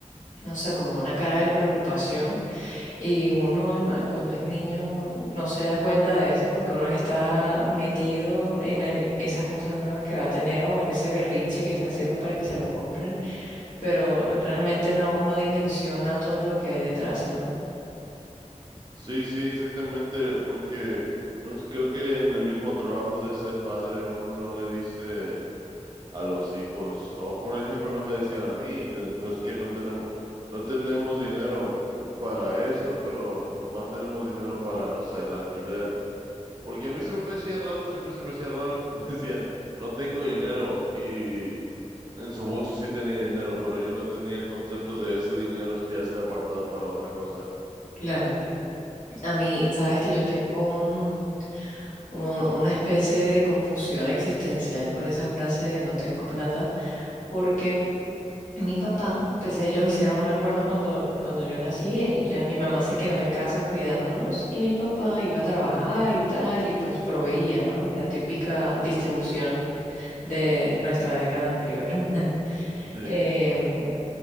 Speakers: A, on the left; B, on the right.
A: no sé, como una cara de preocupación. Y uno al- cuando es niño bueno, no se da cuenta de eso porque uno está metido en el, esa cosa nueva que va a tener o en ese berrinche que está haciendo para que se lo compren. Pero realmente no, no dimensiona todo lo que hay detrás, ¿no?
B: Sí, sí, exactamente, porque no sé, creo que en el mismo trabajo de ser padre uno no le dice a los hijos. O por ejemplo, no me decían a mí, yo, sabes que no tenemos, no tenemos dinero para esto, pero nomás tenemos dinero para, no sé, el alquiler. Porque a mí se me decía raro, siempre se me decía raro que me <laughs> decían, no tengo dinero y en su bolso sí tenía dinero, pero yo no tenía el concepto de ese dinero ya está apartado para otra cosa.
A: Claro, a mí, sabes que yo tengo un, como una especie de confusión existencial con esa frase de no tengo plata, porque mi papá, pues ellos hicieron un acuerdo cuando, cuando yo nací, ella, mi mamá se quedó en casa cuidándonos y mi papá iba a trabajar y tal, y pues proveía, ¿no? La típica distribución de nuestra década anterior. <laughs>
B: Sí,
A: Em,